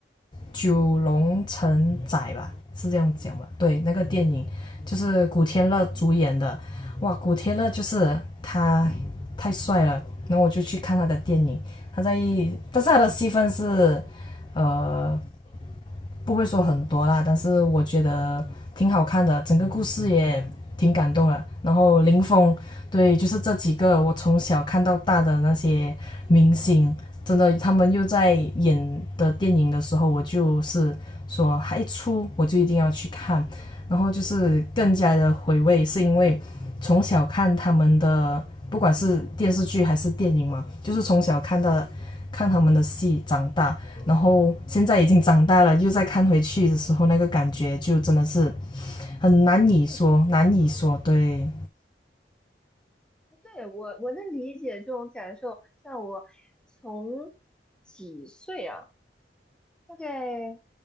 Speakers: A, on the left; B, in the centre.
A: 九龙城寨吧，是这样讲吧？对，那个电影就是古天乐主演的，哇，古天乐就是他太帅了，然后我就去看他的电影，他在，但是他的戏份是，呃。不会说很多啦，但是我觉得挺好看的，整个故事也挺感动的。然后林峰，对，就是这几个我从小看到大的那些明星，真的他们又在演的电影的时候，我就是说，还一出我就一定要去看，然后就是更加的回味，是因为从小看他们的，不管是电视剧还是电影嘛，就是从小看到看他们的戏长大，然后现在已经长大了，又再看回去的时候，那个感觉就真的是很难以说，难以说。对，
B: 对，我我能理解这种感受，像我从几岁啊？大概